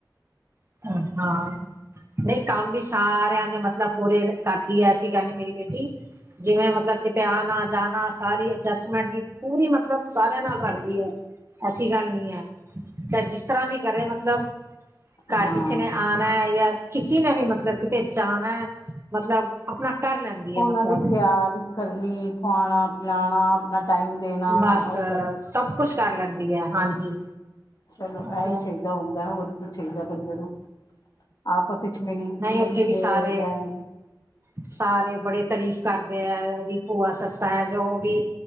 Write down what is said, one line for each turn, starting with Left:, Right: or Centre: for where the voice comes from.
Right: <unintelligible> ਨਯੀ ਕੰਮ ਵੀ ਸਾਰਿਆਂ ਦੇ ਮਤਲਬ ਪੂਰੇ ਕਰਦੀ ਅ ਐਸੀ ਗੱਲ ਨੀ ਮੇਰੀ ਬੇਟੀ ਜਿਵੇਂ ਮਤਲਬ ਕਿਤੇ ਆਨਾ ਜਾਨਾ ਸਾਰੀ ਅਜਸਟਮੈਂਟ ਵੀ ਪੂਰੀ ਮਤਲਬ ਸਾਰਿਆਂ ਨਾਲ ਰਲਹੀ ਅ ਐਸੀ ਗੱਲ ਨੀ ਹੈ। ਚਾਏ ਜਿਸ ਤਰ੍ਹਾਂ ਵੀ ਕਰੇ ਮਤਲਬ ਘਰ
Left: ਹਾਂ
Right: ਕਿਸੀ ਨੇ ਆਨਾ ਯਾ ਕਿਸੀ ਨੇ ਵੀ ਮਤਲਬ ਕਿਤੇ ਜਾਨਾ ਮਤਲਬ ਆਪਨਾ ਕਰ ਲੈਂਦੀ
Left: ਉਹਨਾਂ
Right: ਐ ਮਤਲਬ
Left: <unintelligible> ਕਰਨੀ ਖਵਾਣਾ, ਪਿਲਾਣਾ, ਆਪਣਾ ਟਾਈਮ ਦੇਣਾ
Right: ਬਸ
Left: ਉਹ
Right: ਸਭ ਕੁਛ ਕਰ ਲੈਂਦੀ ਅ ਹਾਂਜੀ
Left: ਚਲੋ
Right: ਮਤਲਬ
Left: ਏਹੀ ਚਇਦਾ ਹੁੰਦਾ ਹੋਰ ਕੀ ਚਇਦਾ ਬੰਦੇ ਨੂੰ ਆਪਸ ਵਿੱਚ ਮਿਲ-
Right: ਨਹੀਂ
Left: ਮਿਲ
Right: ਉੱਥੇ ਵੀ
Left: ਕੇ
Right: ਸਾਰੇ
Left: ਰਹਿਣ
Right: ਸਾਰੇ ਬੜੀ ਤਾਰੀਫ਼ ਕਰਦੇ ਐ‌। ਉਹਦੀ ਭੂਆ ਸੱਸਾ ਹੈ ਜੋ ਵੀ